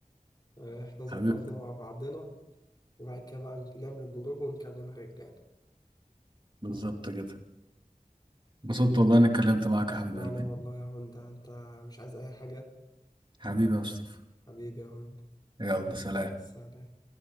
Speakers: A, on the left (about 30°); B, on the right (about 35°).
A: آه، احنا ظبطنا
B: حبيبي
A: مع بعضنا وبعد كده بقى نعمل الجروب ونكلم الرجال
B: بالظبط كده انبسطت والله اني اتكلمت معاك يا حبيب
A: وانا
B: قلبي
A: والله يا هوندا انت مش عايز اي حاجة
B: حبيبي يا مصطفى
A: حبيبي يا هوندا
B: يلا
A: يلا
B: سلام
A: سلام